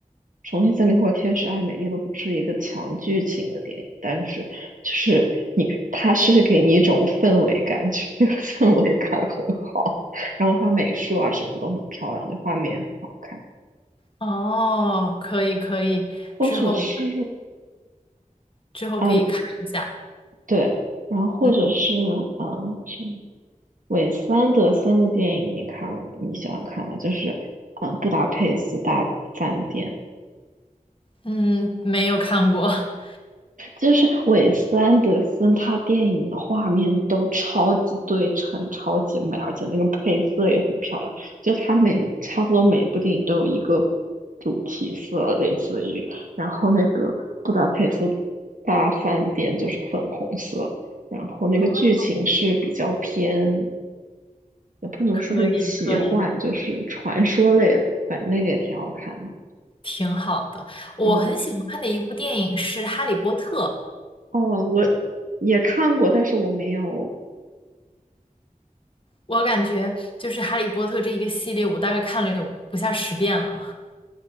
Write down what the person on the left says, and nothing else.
哦，可以可以，
之后之后可以看一下。
嗯
嗯，没有看过。<laughs>
哦，
可以可以，
挺好的。我很喜欢看的一部电影是《哈利波特》，
我感觉就是《哈利波特》这一个系列，我大概看了有不下十遍了，